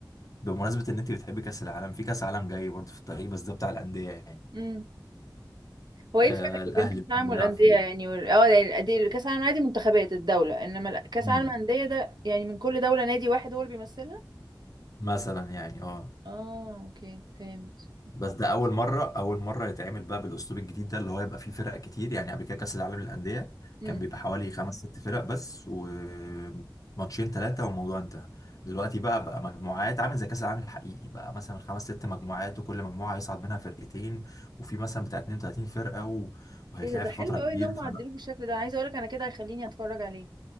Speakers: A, on the left; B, on the right.
A: بمناسبه ان انت بتحبي كاس العالم في كاس عالم جاي برضه في الطريق بس ده بتاع الانديه يعني
B: امم هو ايه
A: آه
B: الفرق
A: الاهلي
B: بين كاس العالم
A: بيلعب
B: والاندية
A: فيه
B: يعني وال... اه يعني الأندية- كاس العالم عادي منتخبات الدولة انما لا، كاس
A: مم.
B: العالم الاندية ده يعني من كل دولة نادي واحد هو اللي بيمثلها
A: مثلا يعني اه
B: اه اوكي فهمت
A: بس ده اول مره اول مره يتعمل بقى بالاسلوب الجديد ده اللي هو يبقى فيه فرق كتير يعني قبل كده كاس العالم للانديه
B: امم
A: كان بيبقى حوالي خمس ست فرق بس وماتشين ثلاثه والموضوع انتهى دلوقتي بقى بقى مجموعات عامل زي كاس العالم الحقيقي بقى مثلا خمس ست مجموعات وكل مجموعه هيصعد منها فرقتين وفي مثلا بتاع 32 فرقه و... وهيتلعب
B: ايه ده ده
A: في
B: حلو
A: فتره
B: قوي
A: كبيره
B: ان هم
A: فانا
B: عدلوه بالشكل ده انا عايزه اقولك انا كده هيخليني اتفرج عليه